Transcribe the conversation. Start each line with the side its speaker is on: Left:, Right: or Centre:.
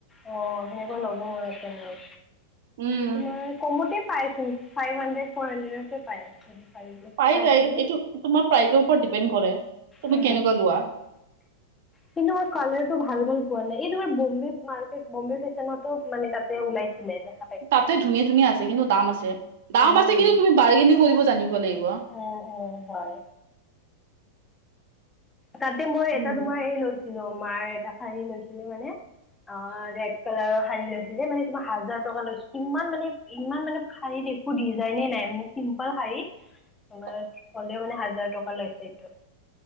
Left: অ সেনেকুৱা ল'ব মন আছে মোৰ
Right: উম
Left: তোমাৰ কমতে পাইছোন ফাইভ হাড্ৰেড ফ'ৰ হাণ্ড্ৰেডতকে পাই আছোঁ সেইটো
Right: পাই
Left: পাইছিলোঁ।
Right: যায় এইটো তোমাৰ প্ৰাইজৰ ওপৰত ডিপেণ্ড কৰে। তুমি
Left: উ।
Right: কেনেকুৱা <inaudible>
Left: কিন্তু কালাৰ টো ভাল হৈ যোৱা নাই এই তোমাৰ বম্বে মাৰ্কেট বম্বে ফেশ্বনতো মানে তাতে ওলাইছে। চিলে দে
Right: তাতে ধুনীয়া ধুনীয়া আছে কিন্তু দাম আছে দাম
Left: উম
Right: আছে কিন্তু তুমি বাৰ্গেনিং কৰিব জানিব লাগিব।
Left: অ অ হয়। তাতে মই
Right: উম
Left: এটা তোমাৰ এই লৈছিলোঁ মাৰ এটা শাৰী লৈছিলে মানে অ ৰেদ কালাৰৰ শাৰী লৈছিলে মানে তোমাক হাজাৰ টকা লৈছিল ইমান মানে ইমান মানে শাৰীত একো ডিজাইনে নাই মানে। চিম্পল শাৰী।
Right: <inaudible>
Left: তোমাৰ হ'লেও মানে হাজাৰ টকা লৈছে এইটো।